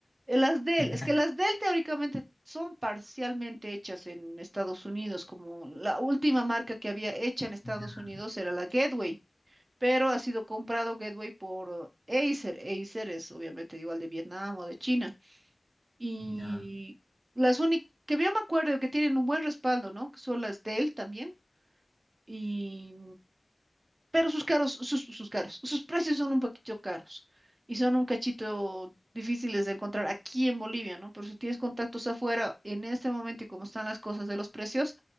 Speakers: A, on the right; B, on the left.
A: Eh, Las Dell,
B: <laughs>
A: es que las Dell teóricamente son parcialmente hechas en Estados Unidos, como la última marca que había hecha en Estados
B: Ya,
A: Unidos era la Gateway, pero ha sido comprado Gateway por eh, Acer. Acer es obviamente igual de Vietnam o de China. Y
B: ya,
A: las únicas que yo me acuerdo que tienen un buen respaldo, ¿no? Que son las Dell también. Y pero sus caros, sus, sus caros, sus precios son un poquito caros y son un cachito difíciles de encontrar aquí en Bolivia, ¿no? Pero si tienes contactos afuera, en este momento y como están las cosas de los precios,